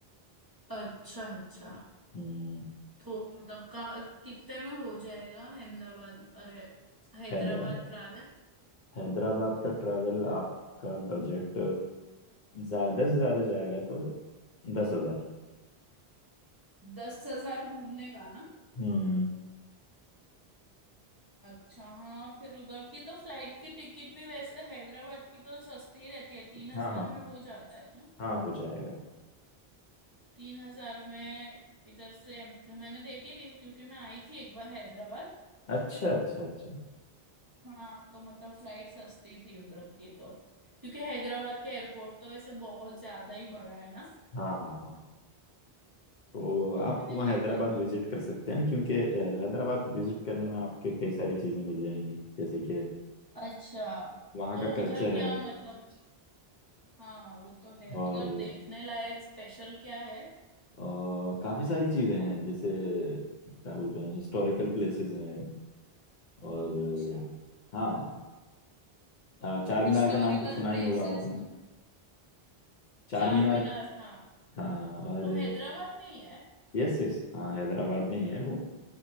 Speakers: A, on the right (about 25°); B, on the left (about 55°).
A: अच्छा अच्छा
B: हम्म
A: तो मतलब का कितने में हो जाएगा अहमदाबाद अरे हैदराबाद
B: हैदराबाद
A: ट्रैवल
B: हैदराबाद का ट्रैवल आपका बजट ज्यादा से ज्यादा जाएगा तो दस हजार
A: दस हजार घूमने का ना
B: हम्म
A: अच्छा हाँ फिर उधर की तो फ्लाइट की टिकट भी वैसे हैदराबाद की तो सस्ती रहती है तीन हजार
B: हाँ हाँ
A: में हो जाता है ना
B: हाँ हो जाएगा
A: तीन हजार में इधर से मैंने देखी थी क्योंकि मैं आई थी एक बार हैदराबाद
B: अच्छा अच्छा अच्छा
A: हाँ तो मतलब फ्लाइट सस्ती थी उधर की तो क्योंकि हैदराबाद का एयरपोर्ट तो वैसे बहुत ज्यादा ही बड़ा है ना
B: हाँ हाँ हाँ तो
A: हाँ
B: आप
A: मैंने
B: वहाँ
A: देखा
B: हैदराबाद
A: था
B: विजिट कर सकते हैं क्योंकि अ, हैदराबाद विजिट करने में आपके कई सारी चीज़ें मिल जाएंगी जैसे कि
A: अच्छा
B: वहाँ
A: तो
B: का कल्चर
A: उधर क्या
B: है
A: मतलब हाँ वो तो है
B: और
A: उधर देखने लायक स्पेशल क्या है
B: अ, काफ़ी सारी चीज़ें हैं जैसे क्या बोलते हैं हिस्टोरिकल प्लेसेस हैं और
A: अच्छा
B: अ, हाँ अ, चार मीनार
A: हिस्टोरिकल
B: का नाम तो सुना
A: प्लेसेस
B: ही होगा आपने
A: क्या
B: चार
A: चार
B: मीनार
A: मीनार हाँ
B: हाँ और
A: वो हैदराबाद में ही है
B: यस यस हाँ हैदराबाद में ही है वो